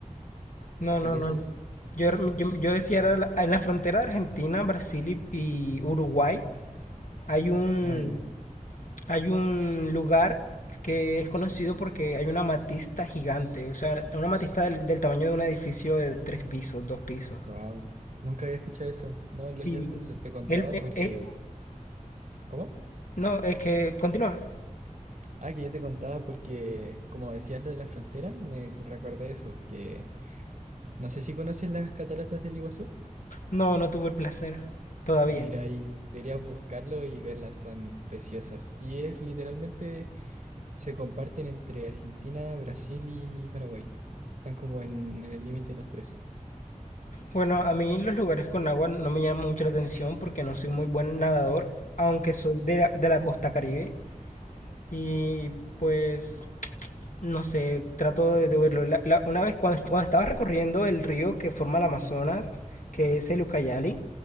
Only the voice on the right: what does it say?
Creo
que
esos,
Ah, ya.
Wow. Nunca había escuchado eso. No,
lo- yo te lo- te contaba
porque
¿Cómo?
Ah, que yo te contaba porque, como decías lo de la frontera, me recordé eso, que no sé si conoces las cataratas del Iguazú.
Mira ahí, deberías buscarlo y verlas, son preciosas. Y es literalmente, se comparten entre Argentina, Brasil y Paraguay. Están como en, en el límite los tres.